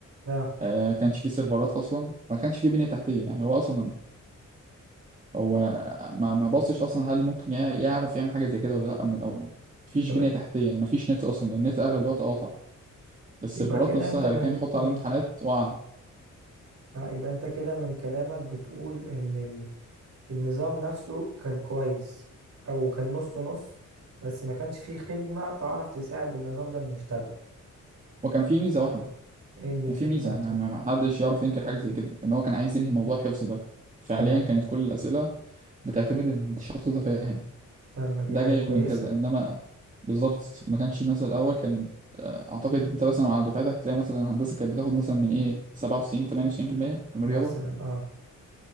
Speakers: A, on the right (about 55°); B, on the right (about 25°).
A: اه
B: آه، كانش فيه سيرفرات أصلا ما كانش فيه بنية تحتية يعني هو أصلا هو ما ما بصش اصلا هل ممكن يع- يعرف يعمل حاجه زي كده ولا لا من الاول مفيش
A: تمام
B: بنيه تحتيه مفيش نت اصلا النت اغلب الوقت قاطع السيرفرات
A: يبقى كده
B: نفسها
A: انت من
B: اللي كان بيحط
A: من
B: على الامتحانات وقع
A: اه يبقى انت كده من كلامك بتقول ان النظام نفسه كان كويس او كان نص نص بس ما كانش فيه خدمة تعرف تساعد النظام ده انه يشتغل
B: وكان في ميزه واحده
A: ايه الميزة
B: كان في
A: بتاعته
B: ميزه انا ما ما حدش يعرف ينكر حاجه زي كده ان هو كان عايز ينهي موضوع الحفظ ده فعليا
A: تمام
B: كانت كل الاسئله بتعتمد ان الشخص ده فاهم
A: طب ما دي
B: ده
A: حاجة
B: جاي
A: كويسة
B: من كذا انما بالظبط ما كانش مثلا الاول كان آه، اعتقد انت مثلا على دفعتك هتلاقي مثلا هندسه كانت بتاخد مثلا من ايه 97 98% من
A: مثلا
B: الرياضه
A: اه